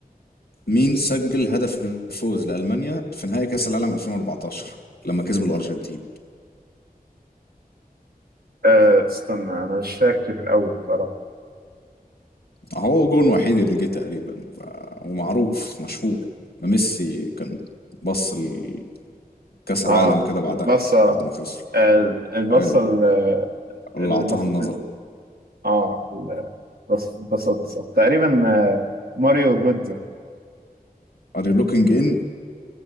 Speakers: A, on the left; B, on the right.
A: مين سجل هدف الفوز لألمانيا في نهائي كأس العالم 2014 لما كسب الأرجنتين
B: آه استنى انا مش فاكر الاول بصراحه
A: هو جون وحيد اللي جه تقريبا ف- ومعروف مشهور ميسي كان بص لكأس العالم
B: اه
A: كده بعدها
B: البصه
A: بعد ما خسر
B: آه البصه
A: قال
B: اللي
A: اللي
B: اللي
A: أعطاها
B: بسطتني
A: النظرة
B: اه ال- بص- اتبسطت تقريبا آه، ماريو جودز
A: Are you looking in؟